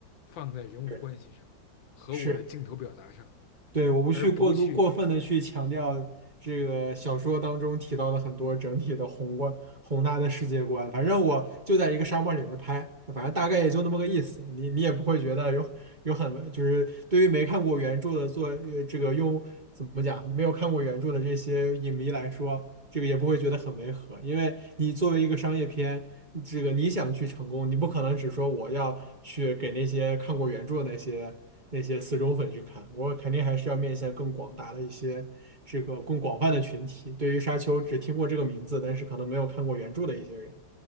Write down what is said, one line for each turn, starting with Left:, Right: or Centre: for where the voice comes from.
Left: 放在人物关系上和我的镜头表达上，
Right: 对，是。对，我不去过度过分的去强调这个小说当中提到的很多整体的宏观宏大的世界观，
Left: 而不去
Right: 反正我就在一个沙漠里面拍，反正大概也就那么个意思，你你也不会觉得有有很就是对于没看过原著的做呃这个用怎么讲没有看过原著的这些影迷来说，这个也不会觉得很违和，因为你作为一个商业片。这个你想去成功，你不可能只说我要去给那些看过原著的那些。那些死忠粉去看，我肯定还是要面向更广大的一些这个更广泛的群体。对于《沙丘》只听过这个名字，但是可能没有看过原著的一些人，